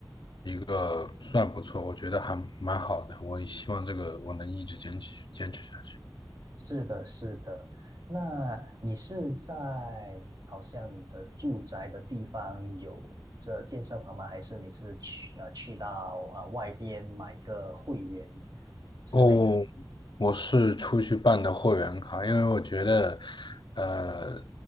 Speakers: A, on the left; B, on the right.
A: 个算不错，我觉得还蛮好的。我希望这个我能一直坚持坚持下去。
B: 是的，是的。那你是在好像你的住宅的地方有这健身房吗？还是你是去啊去到啊、呃外边买个会员之类的？
A: 哦，我是出去办的会员卡，因为我觉得，呃，